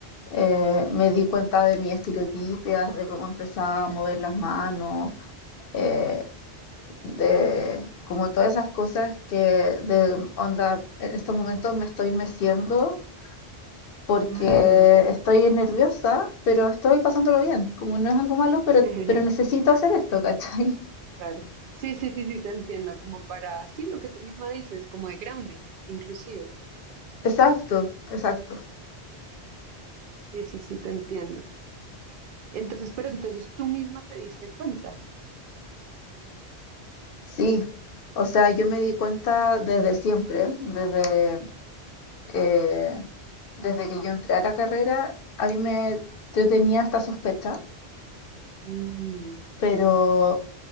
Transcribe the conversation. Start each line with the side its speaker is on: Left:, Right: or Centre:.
Left: Eh, me di cuenta de mis estereotipias, de cómo empezaba a mover las manos, eh, de como todas esas cosas que de onda, en estos momentos me estoy meciendo porque
Right: Ah, ya.
Left: estoy nerviosa, pero estoy pasándolo bien. Como no es algo malo, pero,
Right: <laughs>
Left: pero necesito hacer esto, ¿cachai? <laughs>
Right: Claro. Sí, sí, sí, sí, te entiendo. Como para, sí, lo que tú misma dices, como de grounding, inclusive.
Left: Exacto, exacto.
Right: Sí, sí, sí, te entiendo. Entonces, pero entonces tú misma te diste cuenta.
Left: Sí. O sea, yo me di cuenta desde siempre, desde, eh, desde que yo entré a la carrera, a mí me yo tenía esta sospecha,
Right: Mm,
Left: pero